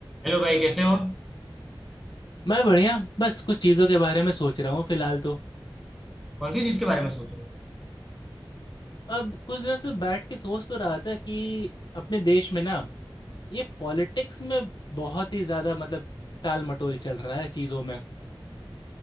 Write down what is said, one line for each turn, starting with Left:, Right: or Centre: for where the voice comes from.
Centre: Hello भाई कैसे हो
Left: मैं बढ़िया बस कुछ चीज़ों के बारे में सोच रहा हूँ फिलहाल तो
Centre: कौन सी चीज के बारे में सोच रहे हो
Left: अब कुछ दिनों से बैठ के सोच तो रहा था कि अपने देश में ना ये पॉलिटिक्स में बहुत ही ज़्यादा मतलब टाल मटोल चल रहा है चीज़ों में